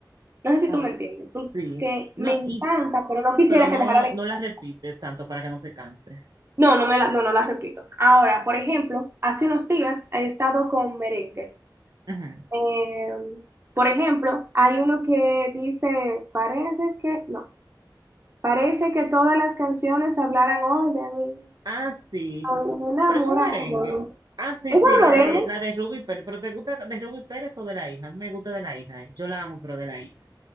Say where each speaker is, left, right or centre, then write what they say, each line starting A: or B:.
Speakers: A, on the right (about 35°); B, on the right (about 60°).
A: No sé si
B: no,
A: tú me entiendes, porque
B: sí.
A: me
B: No,
A: encanta,
B: y,
A: pero no quisiera
B: pero no,
A: que dejara de escuchar.
B: no la repites tanto para que no te canse.
A: No, no me la, no, no la repito. Ahora, por ejemplo, hace unos días he estado con merengues.
B: Ujú.
A: Eh, por ejemplo, hay uno que dice, parece es que, no, parece que todas las canciones hablaran hoy de mí.
B: Ah, sí.
A: Hoy enamorado.
B: Pero es un merengue.
A: ¿Eso
B: Ah, sí,
A: es
B: sí,
A: un
B: la
A: merengue?
B: de, la de Ruby Pérez. ¿Pero te gusta de Ruby Pérez o de la hija? A mí me gusta de la hija. eh. Yo la amo, pero de la hija.